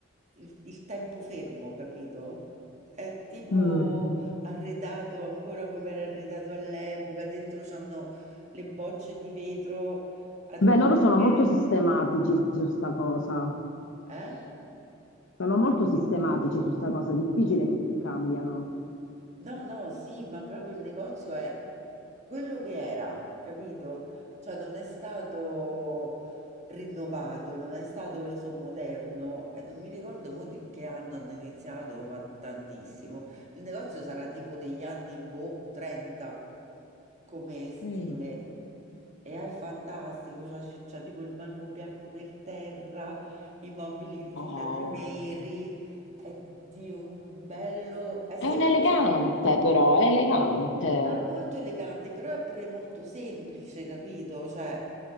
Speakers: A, on the right; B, on the left.
A: il, il tempo fermo, capito? È tipo
B: Mm.
A: arredato ancora come era arredato all'epoca, dentro c'hanno le bocce di vetro antiche,
B: Beh, loro sono molto sistematici su sta cosa.
A: eh?
B: Sono molto sistematici su sta cosa. Difficile che cambiano.
A: No, no, sì, ma proprio il negozio è quello che era, capito? Cioè non è stato rinnovato, non è stato reso moderno e non mi ricordo mo di che anno hanno iniziato, ma tantissimo. Il negozio sarà tipo degli anni boh, 30 come Ah, stile.
B: Mm.
A: E è fantastico, c'ha c'è c'ha tipo il marmo bianco per terra, i mobili rifilati
B: Oh,
A: neri, è di un bello, è semplice.
B: è un elegante però, è elegante.
A: È molto elegante, però è pure molto semplice, capito? Cioè,